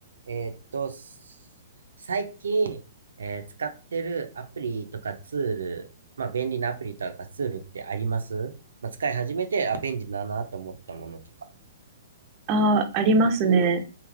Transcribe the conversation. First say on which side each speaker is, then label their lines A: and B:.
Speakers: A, on the right (about 80°); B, on the right (about 35°).
A: えーっと、す最近、えー使ってるアプリとかツール、まあ便利なアプリとかツールってありますまあ使い始めて、あ、便利だなと思ったものとか。
B: ああ、ありますね。